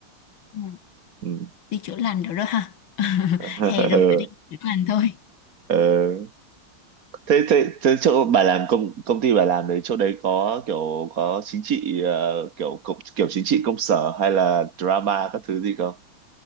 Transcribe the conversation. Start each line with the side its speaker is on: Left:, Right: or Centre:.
Left: <laughs>
Right: ừ.
Left: đi chữa lành được đó ha <laughs>
Right: <laughs>
Left: hè rồi phải đi chữa lành thôi
Right: Ờ, thế thế thế chỗ bà làm công công ty bà làm đấy chỗ đấy có kiểu có chính trị ờ, kiểu cộng- kiểu chính trị công sở hay là drama các thứ gì không